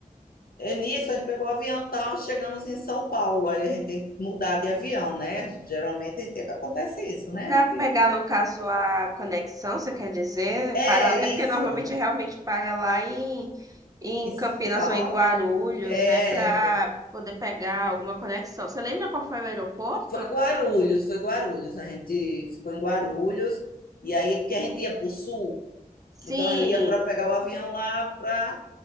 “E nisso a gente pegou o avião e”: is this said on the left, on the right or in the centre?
Left